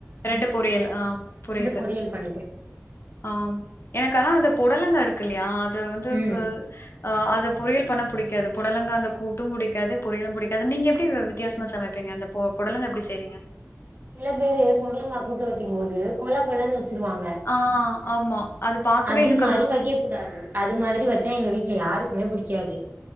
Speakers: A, on the left; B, on the right.
A: ரெண்டு பொரியல் ஆ புரியுது
B: பொரியல் பண்ணிட்டே
A: ஆ எனக்கு ஆனா அந்த பொடலங்கா இருக்கு க்கில்யாத் இத வந்து <unintelligible>
B: ம்
A: ஆ, அது பொரியல் பண்ண பிடிக்காது பொடலங்க அந்த கூட்டும் பிடிக்காது பொரியலு பிடிக்காது நீங்க எப்படி வி-வித்தியாசமா சமைப்பீங்க அந்த பொ பொடலங்க எப்டி செய்றீங்க
B: சில பேரு பொட்லங்கா கூப்பட்டு வைக்கும் போது கொழ கொழன்னு வச் ச்சிருவாங்க
A: ஆ ஆமா. பாக்கவே
B: அது
A: எனக்கு
B: மாரி வைக்க கூடாது அது மாதிரி வச்சா எங்க வீட்டுல யாருக் <unintelligible> பிடிக்காது